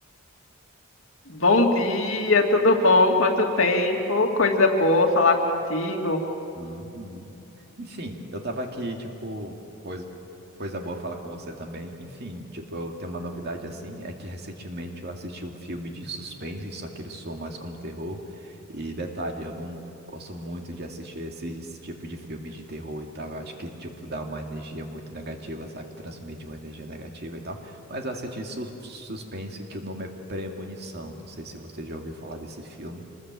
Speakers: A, on the left; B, on the right.
A: Bom dia, tudo bom? Quanto tempo? Coisa boa falar contigo.
B: Uhum. Enfim, eu tava aqui, tipo, coisa, coisa boa falar com você também. Enfim, tipo, eu tenho uma novidade assim, é que recentemente eu assisti um filme de suspense, só que ele soa mais como terror. E detalhe, eu não gosto muito de assistir esse tipo de filme de terror e tal. Eu acho que, tipo, dá uma energia muito negativa, sabe? Transmite uma energia negativa e tal. Mas eu assisti sus- suspense, que o nome é Premonição. Não sei se você já ouviu falar desse filme.